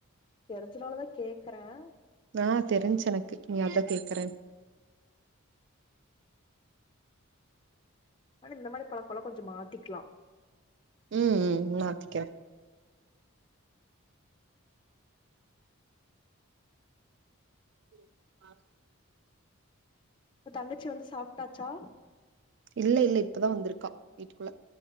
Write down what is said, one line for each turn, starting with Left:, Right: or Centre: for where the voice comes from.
Left: தெரிஞ்சநால தா கேக்கரன்
Right: ஆ தெரின்சு எனக்கு நியா தா கேக்குறேன்
Left: ஆனா இந்த மாரி பழக்கலா கொஞ்சம் மாத்திக்கலா
Right: உம் உம் மாத்திக்கிறேன் <inaudible>
Left: உ தங்கச்சி வந்து சாப்டாச்சா
Right: இல்ல இல்ல இப்பதா வந்திருக்கா வீட்டுகுள்ள